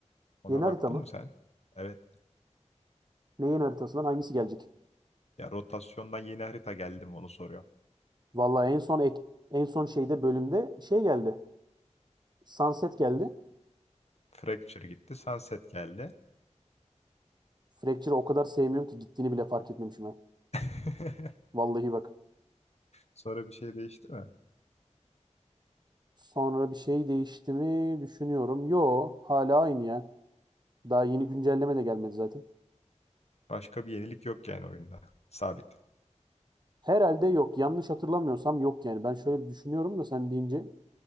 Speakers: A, on the left; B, on the right.
A: Ona
B: Yeni
A: baktın
B: harita mı?
A: mı sen? Evet.
B: Ne yeni haritasından hangisi gelecek?
A: Ya rotasyondan yeni harita geldi mi onu soruyorum.
B: Vallahi en son ek- en son şeyde bölümde şey geldi. Sunset geldi.
A: Fracture gitti, Sunset geldi.
B: Fracture'ı o kadar sevmiyorum ki gittiğini bile fark etmemişim ben.
A: <laughs>
B: Vallahi bak.
A: Sonra bir şey değişti mi?
B: Sonra bir şey değişti mi düşünüyorum. Yo hala aynı ya. Daha yeni güncelleme de gelmedi zaten.
A: Başka bir yenilik yok yani oyunda. Sabit.
B: Herhalde yok. Yanlış hatırlamıyorsam yok yani. Ben şöyle bir düşünüyorum da sen deyince